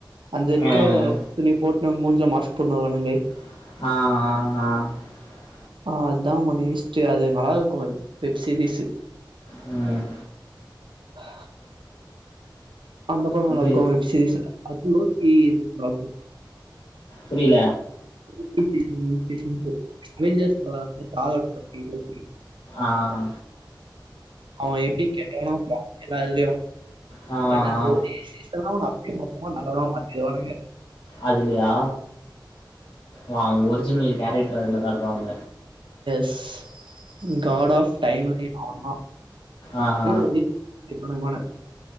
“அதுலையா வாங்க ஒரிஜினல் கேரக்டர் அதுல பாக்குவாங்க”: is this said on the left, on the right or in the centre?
Left